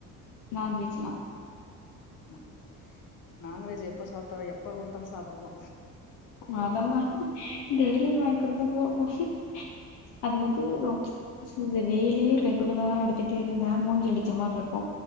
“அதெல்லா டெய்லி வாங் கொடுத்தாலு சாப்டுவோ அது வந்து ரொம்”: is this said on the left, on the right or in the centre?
Left